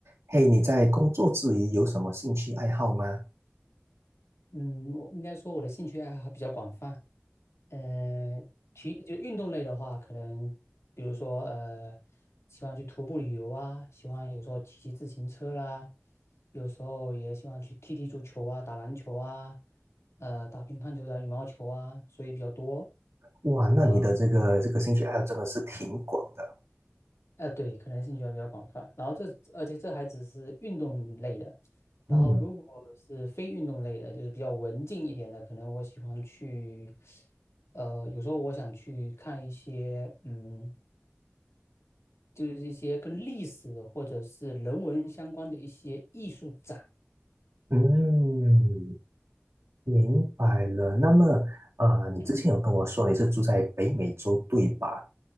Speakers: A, on the right; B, on the left.
A: 嘿，你在工作之余有什么兴趣爱好吗？
B: 嗯，我应该说我的兴趣爱好还比较广泛。呃，体就运动类的话，可能比如说呃，喜欢去徒步旅游啊，喜欢有时候骑骑自行车啦，有时候也喜欢去踢踢足球啊，打篮球啊，呃，打乒乓球、打羽毛球啊，所以比较多。
A: 哇，那你的这个这个兴趣爱好真的是挺广的。
B: 呃呃，对，可能兴趣还比较广泛。然后这，而且这还只是运动类的。然后，
A: 嗯
B: 如果是非运动类的，就是比较文静一点的，可能我喜欢去，呃，有时候我想去看一些，嗯，就是一些跟历史或者是人文相关的一些艺术展。
A: 嗯，明白了。那么，啊，你之前有跟我说你是住在北美洲，
B: 嗯，
A: 对吧？